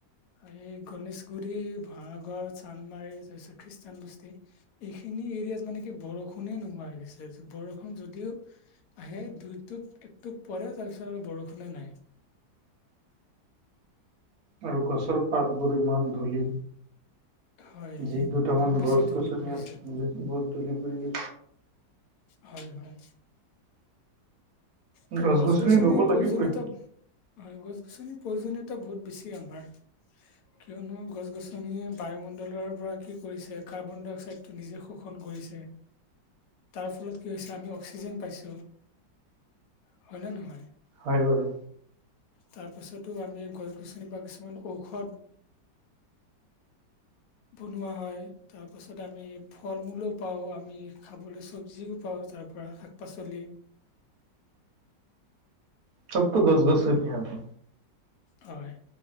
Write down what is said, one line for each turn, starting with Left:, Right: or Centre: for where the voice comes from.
Left: এই গণেশগুৰি, ভাঙাঘৰ, চান্দমাৰী তাৰপিছত খ্ৰীষ্টান বস্তী এইখিনি এৰিয়াত মানে কি বৰষুণে নোহোৱা হৈ গৈছে, বৰষুণ যদিও আহে দুইটোপ একটোপ পৰে তাৰপিছত আৰু বৰষুণে নাই।
Right: আৰু গছৰ পাতবোৰ ইমান ধূলি
Left: হয়।
Right: যি দুটামান
Left: বহুত বেছি
Right: গছ
Left: ধূলি
Right: গছনি
Left: পৰিছে।
Right: আছে বৰ ধূলি বালি
Left: হয়, হয়। ত
Right: গছ
Left: গছ-গছনিৰ
Right: গছনি ৰুব
Left: প্ৰয়োজনীয়তা
Right: লাগিবই
Left: হয় গছ গছনিৰ প্ৰয়োজনীয়তা বহুত বেছি আমাৰ। কিয়নো গছ গছনিয়ে বায়ুমণ্ডলৰ পৰা কি কৰিছে, কাৰ্বন- ডাই -অক্সাইডটো নিজে শোষণ কৰিছে। তাৰ ফলত কি হৈছে আমি অক্সিজেন পাইছো। হয় নে নহয়?
Right: হয় বাৰু।
Left: তাৰপিছতো আমি গছ- গছনিৰ পৰা কিছুমান ঔষধ বনোৱা হয়। তাৰপাছত আমি ফল মূলো পাওঁ, আমি খাবলৈ চবজিও পাওঁ তাৰ পৰা শাক পাচলি
Right: চবতো গছ -গছনিয়ে আনে।
Left: হয়,